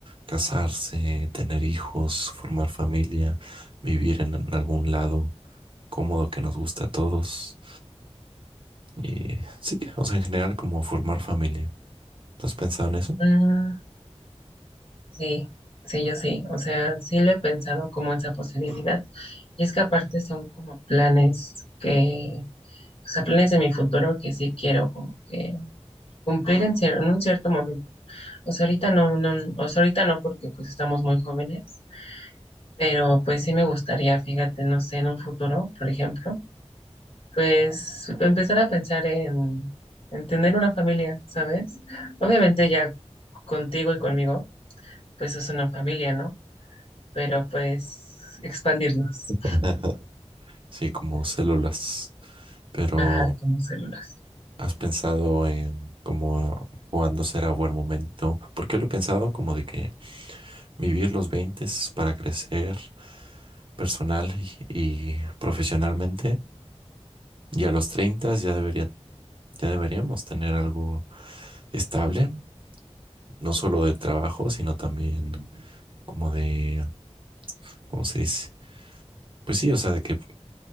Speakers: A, on the right; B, on the left.
A: casarse, tener hijos, formar familia, vivir en, en algún lado cómodo que nos guste a todos. Y sí, o sea, en general como formar familia. ¿No has pensado en eso?
B: Mm, sí, sí, yo sí. O sea, sí lo he pensado como esa posibilidad. Y es que aparte son como planes que, o sea, planes de mi futuro que sí quiero como que cumplir en, cier- en un cierto momento. O sea, ahorita no, no, o sea, ahorita no porque pues estamos muy jóvenes, pero pues sí me gustaría, fíjate, no sé, en un futuro, por ejemplo. Pues empezar a pensar en, en tener una familia, ¿sabes? Obviamente ya contigo y conmigo, pues es una familia, ¿no? Pero pues expandirnos,
A: <laughs> Sí, como células. Pero
B: ajá, como células.
A: ¿has pensado en cómo cuándo será buen momento? Porque lo he pensado como de que vivir los 20 para crecer personal y, y profesionalmente. Y a los 30 ya debería, ya deberíamos tener algo estable, no solo de trabajo, sino también como de, ¿cómo se dice? Pues sí, o sea, de que